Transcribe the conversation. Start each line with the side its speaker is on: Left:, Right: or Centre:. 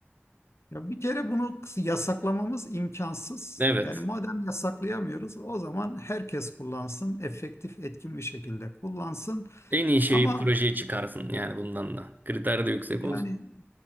Left: ya bir kere bunu yasaklamamız imkansız.
Right: Evet.
Left: Yani madem yasaklayamıyoruz, o zaman herkes kullansın, efektif, etkin bir şekilde kullansın.
Right: En iyi şeyi
Left: Ama
Right: projeye çıkarsın yani bundan da. Kriter de yüksek
Left: yani
Right: olsun.